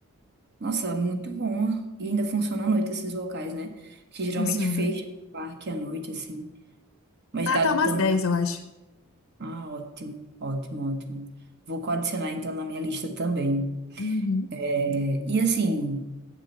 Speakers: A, on the right; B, on the left.
A: Nossa, muito bom. E ainda funciona à noite esses locais, né? Que geralmente
B: Funciona.
A: fecha o parque à noite, assim. Mas
B: Vai
A: dado
B: até umas
A: tão.
B: dez eu acho.
A: Ah, ótimo, ótimo, ótimo. Vou adicionar então na minha lista também.
B: Uhum,
A: É, e assim,